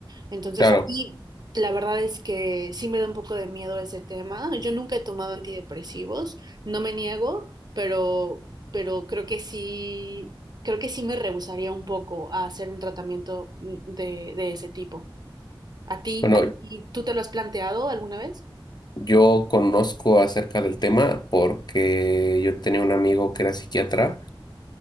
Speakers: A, on the right; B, on the left.
A: Entonces
B: claro.
A: a mí la verdad es que sí me da un poco de miedo ese tema. Yo nunca he tomado antidepresivos, no me niego, pero, pero creo que sí, creo que sí me rehusaría un poco a hacer un tratamiento de, de ese tipo. ¿A ti,
B: Bueno,
A: a ti, tú te lo has planteado alguna vez?
B: yo conozco acerca del tema porque yo tenía un amigo que era psiquiatra